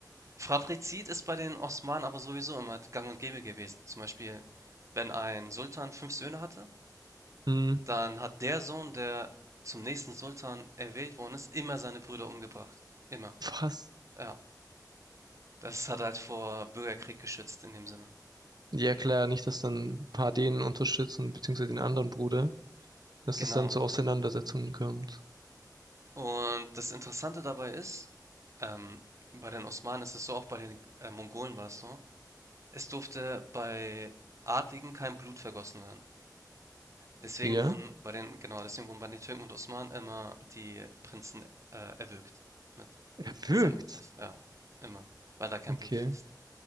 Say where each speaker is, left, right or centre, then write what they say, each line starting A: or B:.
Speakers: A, on the right (about 45°); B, on the right (about 65°).
A: Fratrizid ist bei den Osmanen aber sowieso immer gang und gäbe gewesen. Zum Beispiel, wenn ein Sultan fünf Söhne hatte,
B: Hm,
A: dann hat der Sohn, der zum nächsten Sultan erwählt worden ist, immer seine Brüder umgebracht. Immer.
B: was?
A: Ja. Das hat halt vor Bürgerkrieg geschützt in dem Sinne.
B: Ja klar, nicht, dass dann ein paar denen unterstützen, beziehungsweise den anderen Bruder, dass
A: Genau.
B: es dann zu Auseinandersetzungen kommt.
A: Und das Interessante dabei ist, ähm, bei den Osmanen ist es so, auch bei den äh, Mongolen war es so, es durfte bei Adligen kein Blut vergossen werden. Deswegen
B: Ja,
A: wurden bei den, genau, deswegen wurden bei den Türken und Osmanen immer die Prinzen äh, erwürgt mit
B: er wirkt.
A: Salmitos, ja, immer, weil da kein
B: Okay.
A: Blut fließt.